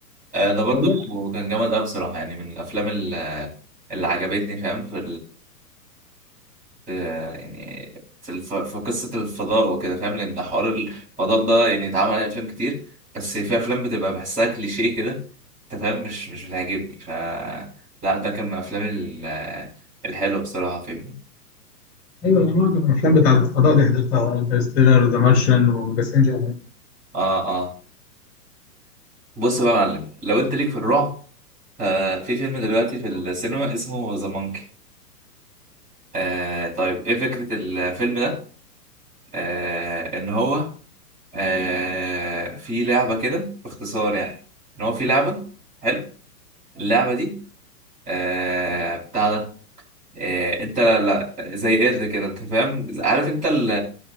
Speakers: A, on the right; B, on the left.
A: آه ده برضو
B: والله شوف،
A: كان جامد أوي بصراحة يعني من الأفلام اللي اللي عجبتني فاهم في آه، يعني في الف... في قصة الفضاء وكده فاهم لأن حوار الفضاء ده يعني اتعمل عليه أفلام كتير بس في أفلام بتبقى بحسها كليشيه كده أنت فاهم مش مش بتعجبني ف لا ده كان من الأفلام ال- الحلوة بصراحة فاهمني
B: ايوه انا معظم الافلام بتاع الفضاء دي حضرتها انترستيلر ذا مارشن وباسنجر
A: آه آه بص بقى يا معلم لو أنت ليك في الرعب ففي فيلم دلوقتي في السينما اسمه ذا مونكي آه طيب إيه فكرة الفيلم ده؟ آه إن هو آه في لعبة كده باختصار يعني إن هو في لعبة حلو اللعبة دي آه بتاع ده آه انت لا لا زي قرد كده انت فاهم عارف انت ال